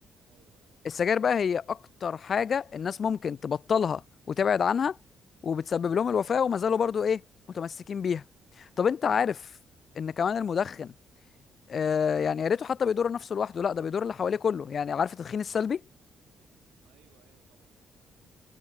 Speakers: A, on the right; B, on the left.
A: ايوه ايوه
B: السجاير بقى هي اكتر حاجه الناس ممكن تبطلها وتبعد عنها وبتسبب لهم الوفاه وما زالوا برضو ايه متمسكين بيها طب انت عارف ان كمان المدخن آه يعني يا ريته حتى بيضر نفسه لوحده لا ده بيضر اللي حواليه كله يعني عارف التدخين السلبي
A: ايوه ايوه طبعا فاهم